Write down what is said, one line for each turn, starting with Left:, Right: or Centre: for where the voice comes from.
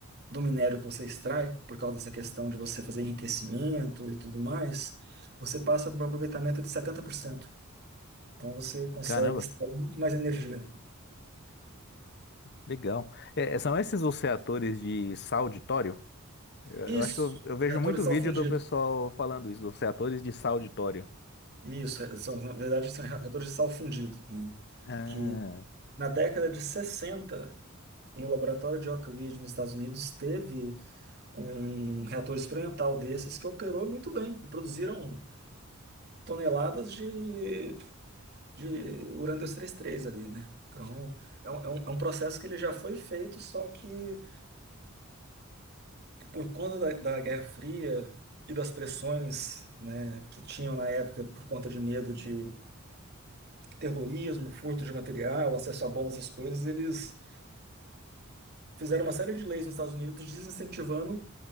Right: do minério que você extrai, por causa dessa questão de você fazer enriquecimento e tudo mais, você passa para um aproveitamento de 70%. Então você consegue
Left: caramba,
Right: extrair muito mais energia.
Left: legal. É, é, são esses os reatores de sal de tório? Eu,
Right: Isso,
Left: eu acho que eu, eu vejo
Right: reator
Left: muito
Right: de sal
Left: vídeo
Right: fundido.
Left: do pessoal falando isso, dos reatores de sal de tório.
Right: Isso, é- são, na verdade são reatores de sal fundido, né?
Left: Ah,
Right: Que na década de 60, no laboratório de Oak Ridge, nos Estados Unidos, teve um reator experimental desses que operou muito bem e produziram toneladas de de Urano dois trinta e três ali, né? Então, é um, é um, é um processo que ele já foi feito, só que por conta da, da Guerra Fria e das pressões, né, que tinham na época por conta de medo de terrorismo, furto de material, acesso a bombas, essas coisas, eles fizeram uma série de leis nos Estados Unidos desincentivando